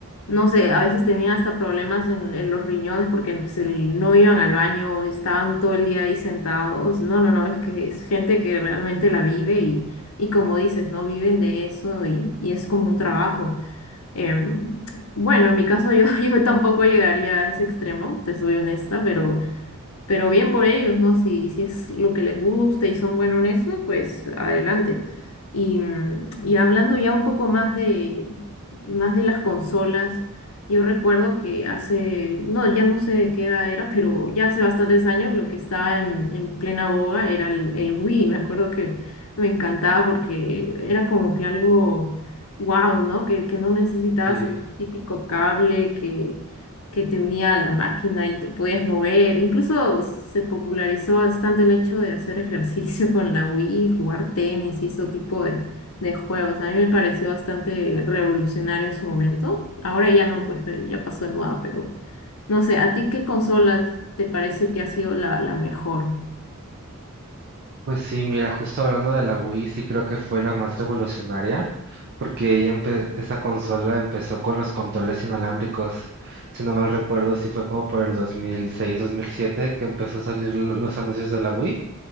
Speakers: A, on the left; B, on the right.
A: no sé, a veces tenían hasta problemas en, en los riñones porque se le- no iban al baño, estaban todo el día ahí sentados. No, no, no, es que es gente que realmente la vive y, y como dices, no viven de eso y, y es como un trabajo. Em, bueno, en mi caso yo, <laughs> yo tampoco llegaría a ese extremo, te soy honesta, pero bien por ellos, ¿no? Si, si es lo que les gusta y son buenos en eso, pues adelante. Y, mm, y hablando ya un poco más de, más de las consolas, yo recuerdo que hace, no, ya no sé de qué edad era, pero ya hace bastantes años lo que estaba en, en plena boga era el, el Wii. Me acuerdo que me encantaba porque era como que algo wow, ¿no? Que, que no necesitabas
B: Sí.
A: el típico cable que que te unía a la máquina y te podías mover. Incluso se popularizó bastante el hecho de hacer ejercicio <laughs> con la Wii, jugar tenis y ese tipo de, de juegos. A mí me pareció bastante revolucionario en su momento. Ahora ya no, pues eh, ya pasó de moda, pero no sé, ¿a ti qué consolas te parece que ha sido la, la mejor?
B: Pues sí, mira, justo hablando de la Wii, sí creo que fue la más revolucionaria, porque ella empe- esa consola empezó con los controles inalámbricos. Si no mal recuerdo, sí fue como por el dos dos mil seis, dos mil siete, que empezó a salir lo- los anuncios de la Wii.